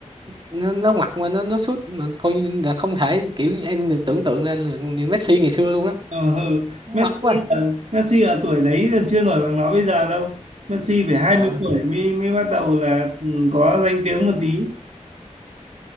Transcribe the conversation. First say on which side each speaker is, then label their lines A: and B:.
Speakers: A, on the right; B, on the right.
A: nó, nó ngoặt mà nó nó sút mà coi như là không thể kiểu em được tưởng tượng ra là Messi ngày xưa luôn á
B: Ờ, ừ.
A: nó ngoặt
B: Messi
A: quá
B: ở, Messi ở tuổi đấy là chưa nổi bằng nó bây giờ đâu. Messi phải hai
A: dạ
B: mươi tuổi mới mới bắt đầu là ừ, có danh tiếng một tí.